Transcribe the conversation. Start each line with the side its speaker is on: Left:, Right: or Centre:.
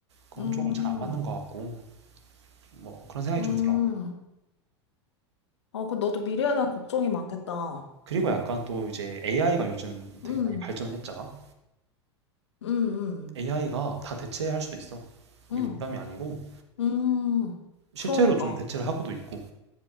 Right: 그런
Left: 음,
Right: 쪽으로 잘 안 맞는 것 같고 뭐 그런 생각이
Left: 음.
Right: 좀 들어.
Left: 아, 그 너도 미래에 대한 걱정이 많겠다.
Right: 그리고 약간 또 이제 AI가 요즘 되게
Left: 음,
Right: 많이 발전을 했잖아.
Left: 음, 음,
Right: AI가 다 대체할 수도 있어. 이게
Left: 음,
Right: 농담이 아니고
Left: 음.
Right: 실제로
Left: 그러니까.
Right: 좀 대체를 하고도 있고